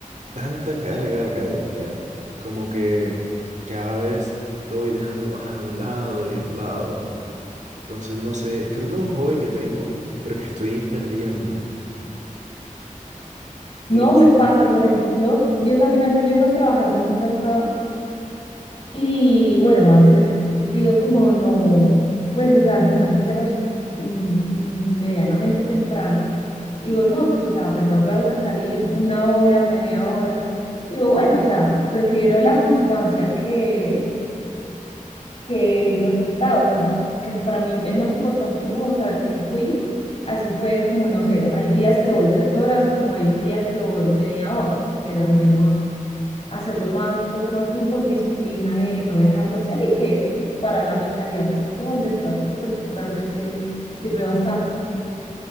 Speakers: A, on the right; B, on the left.
A: tanta carga académica, como que cada vez lo voy dejando más a un lado y a un lado. Entonces, no sé, creo que es un hobby que tengo, pero que estoy perdiendo.
B: No
A: No
B: me
A: s-
B: pasa, por ejemplo, yo también a veces llego a trabajar muy cansada y bueno, a veces digo como no, pues o sea, al gimnasio cierras mm, medianamente temprano. Digo, no, pues o sea, apenas voy a alcanzar a ir una hora, media hora. Digo, bueno, o sea, prefiero la constancia que, que el resultado, o sea, como que para mí es más importante como saber que fui, así fue como, no sé, hay días que voy tres horas, como hay un día que voy media hora, pero al menos hacerlo más, un poco más como por disciplina de no dejarlo hacer y que pues, para la mentalidad, pues como el descanso, pues realmente sirve bastante.